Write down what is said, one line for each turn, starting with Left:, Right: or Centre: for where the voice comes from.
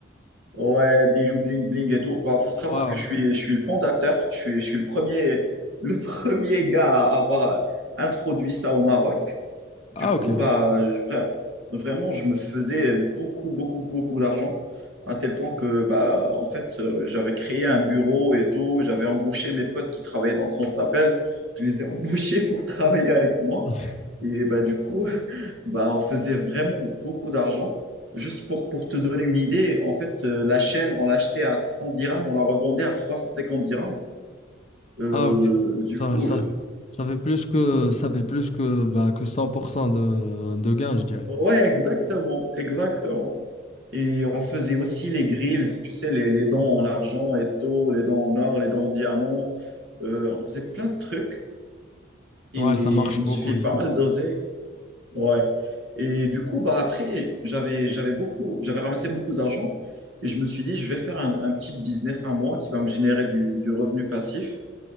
Right: Ouais, bijoux bling bling et tout. Bah, faut savoir
Left: Waouh.
Right: que je suis, je suis le fondateur, je suis, je suis le premier, le <laughs> premier gars à avoir introduit ça au Maroc. Du
Left: Ah,
Right: coup,
Left: ok.
Right: bah, je- vra- vraiment, je me faisais beaucoup, beaucoup, beaucoup d'argent, à tel point que, bah, en fait, euh, j'avais créé un bureau et tout, j'avais embauché mes potes qui travaillaient dans le centre d'appel, je les ai embauchés pour travailler avec moi.
Left: <laughs>
Right: Et bah, du coup, <laughs> bah, on faisait vraiment beaucoup d'argent. Juste pour, pour te donner une idée, en fait, euh, la chaîne, on l'achetait à 30 dirhams, on la revendait à 350 dirhams. Euh,
Left: Ah, ok.
Right: du
Left: Ça,
Right: coup,
Left: ça,
Right: euh,
Left: ça fait plus que, ça fait plus que, bah, que 100% de, de gains, je dirais.
Right: ouais, exactement, exactement. Et on faisait aussi les grills, tu sais, les, les dents en argent, et tôt, les dents en or, les dents en diamant. Euh, on faisait plein de trucs et
Left: Ouais, ça marche
Right: je me
Left: beaucoup
Right: suis fait
Left: ici.
Right: pas mal doser. Ouais. Et du coup, bah après, j'avais, j'avais beaucoup, j'avais ramassé beaucoup d'argent et je me suis dit, je vais faire un, un petit business à moi qui va me générer du, du revenu passif.